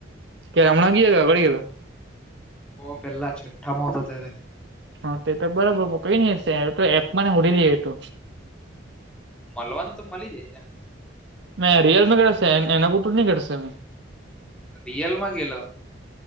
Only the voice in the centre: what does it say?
બો પહેલા છઠ્ઠમાં હોતો ત્યારે
મલવાનું તો મલી જાય છે ને
રિયલમાં ગેલો.